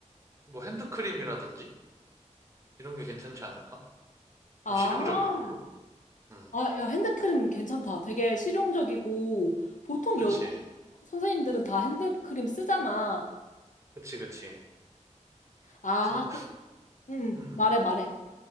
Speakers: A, on the right (about 25°); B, on the left (about 80°).
A: 뭐 핸드크림이라든지, 이런 게 괜찮지 않을까? 좀
B: 아
A: 실용적인 걸로? 음.
B: 아, 야, 핸드크림 괜찮다. 되게 실용적이고, 보통
A: 그치.
B: 여자 선생님들은 다 핸드크림 쓰잖아.
A: 그치, 그치.
B: 아,
A: 그래서,
B: 그, 응,
A: 음.
B: 말해, 말해.